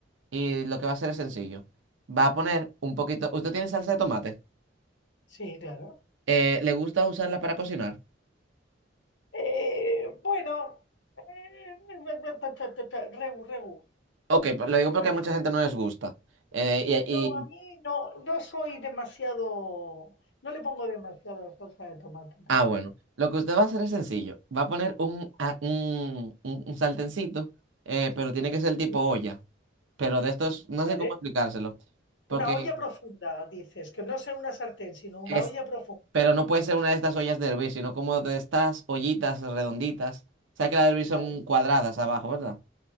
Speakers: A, on the right; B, on the left.
A: y lo que va a hacer es sencillo. Va a poner un poquito. ¿Usted tiene salsa de tomate?
B: Sí, claro.
A: Eh, ¿le gusta usarla para cocinar?
B: Eh, bueno, eh, pe- pe- pe- pe- pe- pe- regu, regu,
A: Ok, pero lo digo
B: regu.
A: porque a mucha gente no les gusta. Eh, y,
B: No, a
A: y-
B: mí no, no soy demasiado, no le pongo demasiada salsa de tomate, ¿no?
A: ah, bueno. Lo que usted va a hacer es sencillo. Va a poner un, a- un, un, un sartencito, eh, pero tiene que ser tipo
B: Sí,
A: olla. pero de estos, no
B: ¿Vale?
A: sé cómo explicárselo, porque
B: Una olla profunda, dices, que no sea una sartén, sino una
A: es,
B: olla profunda,
A: pero no puede ser una de estas ollas de hervir, sino como de estas ollitas redonditas. sabes que las de hervir
B: ¿vale?
A: son cuadradas abajo, ¿verdad?